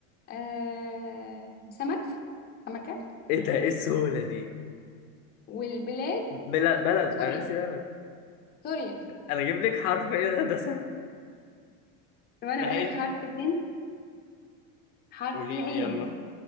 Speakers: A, on the left; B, on the left.
A: آه، سمك سمكة
B: ايه ده ايه السهوله دي
A: والبلاد
B: بلد بلد
A: سوريا
B: انا ناسي بلد
A: سوريا
B: انا اجيب لك حرف ايه ده ده سهل
A: طب أنا
B: العين
A: أقول لك حرف تاني حرف
B: قولي
A: العين
B: لي يلا